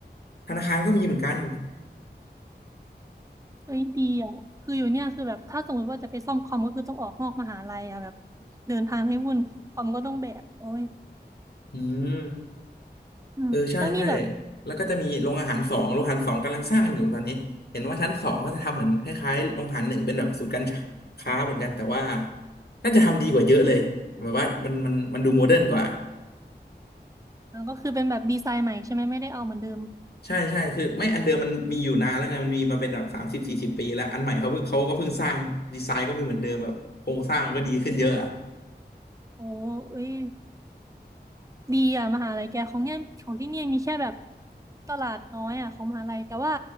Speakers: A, on the left; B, on the right.
A: ธนาคารก็มีเหมือนกัน
B: เอ้ยดีอ่ะคืออยู่เนี่ยคือแบบถ้าสมมติว่าจะไปซ่อมคอมก็คือต้องออกนอกมหาลัยอ่ะแบบเดินทางให้วุ่นคอมก็ต้องแบกโอ้ย
A: อืม
B: อืมแล้วนี่แบบ
A: เออใช่ใช่แล้วก็จะมีโรงอาหารสองโรงอาหารสองกำลังสร้างอยู่ตอนนี้เห็นว่าชั้นสองเขาจะทำเหมือนคล้ายๆโรงอาหารหนึ่งเป็นแบบศูนย์การค้าเหมือนกันแต่ว่าน่าจะทำดีกว่าเยอะเลยแบบว่ามันมันมันดูโมเดิร์นกว่า
B: เออก็คือเป็นแบบดีไซน์ใหม่ใช่ไหมไม่ได้เอาเหมือนเดิม
A: ใช่ใช่คือไม่อันเดิมมันมีอยู่นานแล้วไงมันมีมาเป็นแบบสามสิบสี่สิบปีแล้วอันใหม่เขาเพิ่งเขาก็เพิ่งสร้างดีไซน์ก็ไม่เหมือนเดิมแบบโครงสร้างมันก็ดีขึ้นเยอะอะ
B: โอ้เอ้ย ดีอ่ะมหาลัยแกของเนี่ยของที่เนี่ยมีแค่แบบตลาดน้อยอ่ะของมหาลัยแต่ว่า